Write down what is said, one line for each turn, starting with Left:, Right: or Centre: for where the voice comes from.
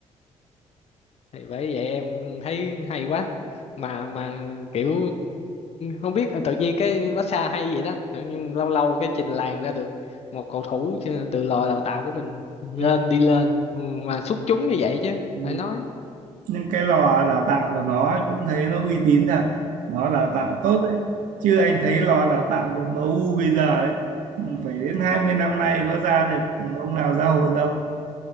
Left: Thì bởi vậy em thấy hay quá mà mà kiểu không biết tự nhiên cái massage hay vậy đó tự nhiên lâu lâu cái trình làng ra được một cầu thủ chứ từ lò đào tạo của mình lên
Right: Ừ.
Left: đi lên mà xuất chúng như vậy chứ
Right: Ừ.
Left: phải nói
Right: Nhưng cái lò đào tạo của nó ấy cũng thấy nó uy tín thật. Nó đào tạo tốt đấy. Chứ anh thấy lò đào tạo của MU bây giờ ấy ừ, phải đến 20 năm nay có ra được ông nào ra hồn đâu.